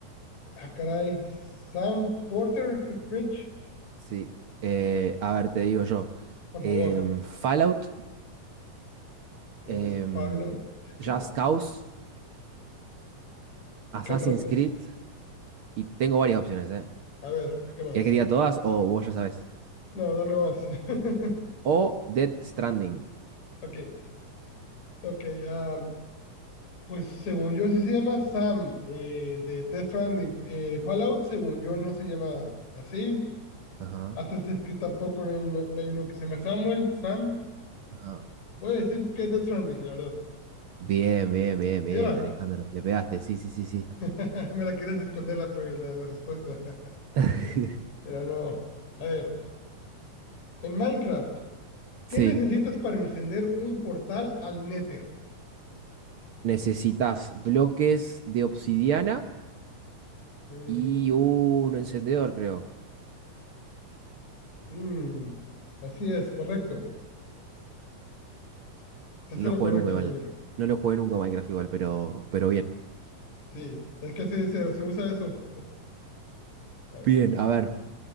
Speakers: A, on the left; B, on the right.
A: ah, caray. Sam Porter Bridge,
B: Sí, eh, a ver, te digo yo.
A: por
B: Em,
A: favor.
B: Fallout,
A: Tenemos
B: em,
A: Fallout.
B: Just
A: ¿Qué más?
B: Cause, Assassin's
A: ¿Y qué otro más?
B: Creed, y tengo varias opciones, ¿eh?
A: A ver, ¿qué más?
B: ¿Quieres que diga todas o vos ya sabes?
A: No, dame más. <laughs>
B: O Death Stranding.
A: Ok, ok. am, pues según yo sí se llama Sam, eh, de Death Stranding. Eh, Fallout, según yo, no se llama así.
B: Ajá,
A: Hasta se escribe tampoco, no hay, uno- no hay uno que se llama Samuel, Sam.
B: ajá.
A: Voy a decir que Death Stranding, la verdad.
B: Bien, bien, bien, bien,
A: Era,
B: Alejandro. Le pegaste, sí, sí, sí, sí.
A: <laughs> me la quieres esconder la, pre- la, la respuesta. <laughs>
B: <laughs>
A: Pero no. A ver, en Minecraft, ¿qué
B: Sí,
A: necesitas para encender un portal al Nether?
B: necesitas bloques de obsidiana
A: Mm,
B: y un encendedor, creo.
A: mm, así es, correcto. Se hace
B: No
A: lo
B: lo jugué
A: correcto,
B: nunca igual.
A: compañero.
B: No lo jugué nunca Minecraft igual, pero, pero bien.
A: Sí, es que se, se, se usa eso. A ver,
B: Bien, a ver.